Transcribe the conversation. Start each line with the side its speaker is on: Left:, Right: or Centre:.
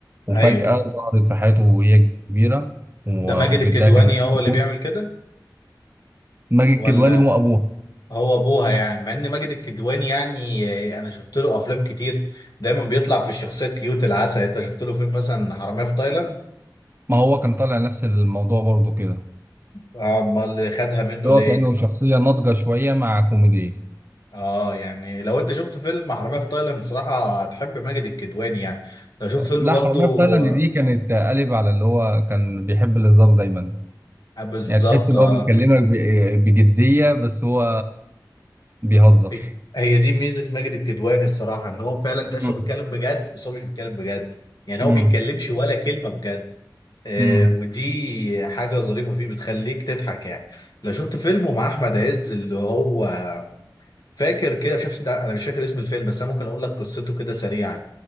Right: وفجأة
Left: ايوه
Right: ظهرت في حياته وهي كبيرة و-
Left: ده ماجد
Right: وجدها
Left: الكدواني
Right: كان
Left: هو
Right: بيموت.
Left: اللي بيعمل كده
Right: ماجد
Left: ولا
Right: الكدواني هو أبوها
Left: هو ابوها يعني مع ان ماجد الكدواني يعني آه، انا شفت له افلام كتير دايما بيطلع في الشخصيه الكيوت العسل انت شفت له فيلم مثلا حراميه في تايلاند
Right: ما هو كان طالع نفس الموضوع برضه كده
Left: اه امال خدها منه
Right: اللي
Left: ليه
Right: هو كأنه شخصية ناضجة شوية مع كوميديا
Left: اه يعني لو انت شفت فيلم حرامية في تايلاند صراحة هتحب ماجد الكدواني يعني لو شفت فيلم
Right: لا
Left: برضو
Right: حرامية في تايلاند دي كانت قالب على اللي هو كان بيحب الهزار دايما
Left: آه، بالظبط
Right: يعني تحس ان
Left: اه
Right: هو بيكلمك ب- بجدية بس هو بيهزر
Left: هي هي دي ميزة ماجد الكدواني الصراحة ان هو فعلا تحسه
Right: مم.
Left: بيتكلم بجد بس هو مش بيتكلم بجد يعني
Right: مم.
Left: هو بيتكلمش ولا كلمة بجد آه
Right: مم.
Left: ودي حاجة ظريفة فيه بتخليك تضحك يعني لو شفت فيلمه مع احمد عز اللي هو فاكر كده مش عارف انت انا مش فاكر اسم الفيلم بس انا ممكن اقول لك قصته كده سريعا